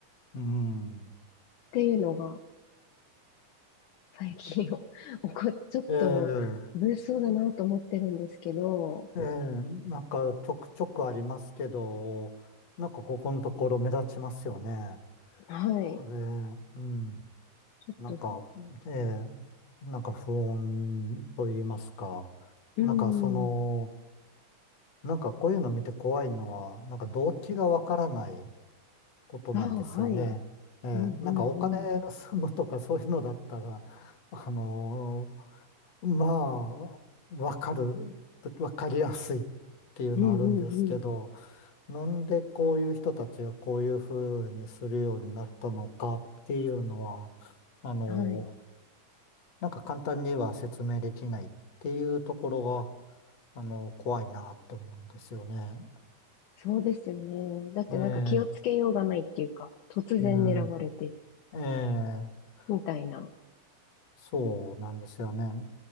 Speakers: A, on the left; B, on the left.
A: うん。
B: っていうのが最近 <laughs> 起こっ、<laughs> ちょっと物騒だなと思ってるんですけど、
A: ええ、ええ、なんかちょくちょくありますけど、なんかここのところ目立ちますよね。
B: はい。
A: あれ、うん。
B: ちょっと
A: なんか、ええ、なんか不穏と言いますか。
B: うん。
A: なんかその、なんかこういうの見て怖いのは、なんか動機がわからない。ことなんですよね。
B: ああ、はい。
A: ええ、
B: うんうんうん。
A: なんかお金盗むとかそういうのだったら、あのーまあ、わかる、わかりやすいっていうのはあるんですけど、
B: うんうんうん。
A: なんでこういう人たちがこういうふうにするようになったのかっていうのは、あのー
B: はい。
A: なんか簡単には説明できないっていうところが、あの怖いなって思うんですよね。
B: そうですよね。だってなんか気をつけようがないっていうか、
A: うん、ええ、
B: 突然狙われて、
A: うん、ええ
B: みたいな。
A: そうなんですよね。